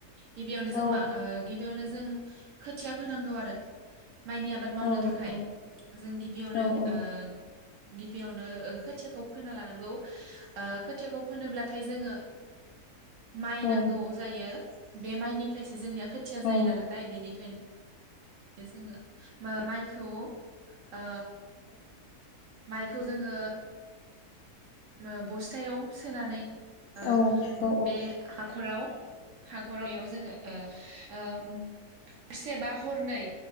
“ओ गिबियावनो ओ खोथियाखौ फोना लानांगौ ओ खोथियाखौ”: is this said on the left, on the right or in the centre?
Right